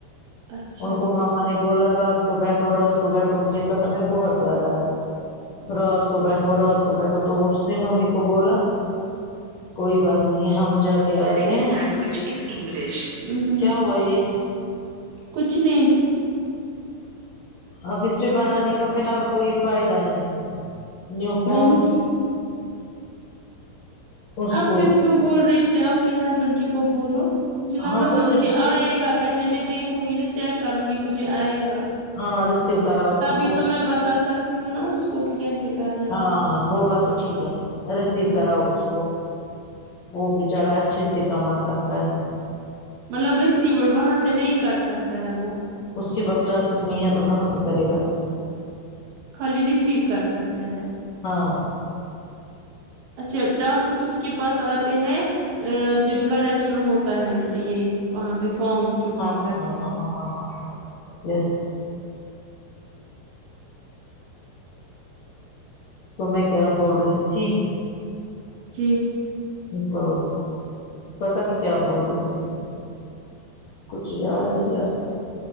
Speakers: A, on the right; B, on the left.
A: اچھا
B: ان کو ماما نے بولا رات کو بیٹھو رات کو بیٹھو ان کے ساتھ ہمیں بہت زیادہ ہے رات کو بیٹھو را بیٹھا تو اس نے ممی کو بولا کوئی بات نہیں ہم جا کے کہ
A: سلیکٹڈ
B: آتے ہیں
A: لینگویج از انگلش ہ ہ
B: کیا ہوا یہ
A: کچھ نہیں
B: اب اس پے بنانے
A: ہیلو
B: کا فی الحال کوئی فائدہ نہیں نیو فارمس
A: میں نے کی
B: اس
A: اب
B: کو
A: پھر کیوں بول رہی تھی آپ کے ہسبینڈ جی کو بولو مجھے لگا
B: ہاں تو
A: میں مجھے
B: رسیو
A: آئے گا پہلے میں دیکھوں گی نا چیک کروں گی مجھے آئے گا
B: ہاں رسیو کراؤ
A: تبھی
B: اس کو
A: تو میں بتا سکتی ہوں نا اس کو کہ کیسے کرنا
B: ہاں
A: ہے
B: وہ بات تو ٹھیک ہے ریسیو کراؤ اس کو وہ بچارا اچھے سے کما سکتا ہے
A: مطلب ریسیوڈ وہاں سے نہیں کر سکتا ہے وہ
B: اس کے پاس ٹا سک نہیں ہے تو کہاں سے کرے گا
A: خالی ریسیو کر سکتا ہے
B: ہاں
A: اچھا ٹاسک اسی کے پاس آتے ہیں ا جن کا رجسٹر ہوتا ہے یہ وہاں پہ فارم جو
B: ہاں
A: فل کرتے
B: ہاں
A: ہیں
B: ہاں ہاں ہاں یس تو میں کیا بول رہی تھی
A: جی
B: تو پتا نہیں کیا بول رہی تھی میں کچھ یاد ہی یار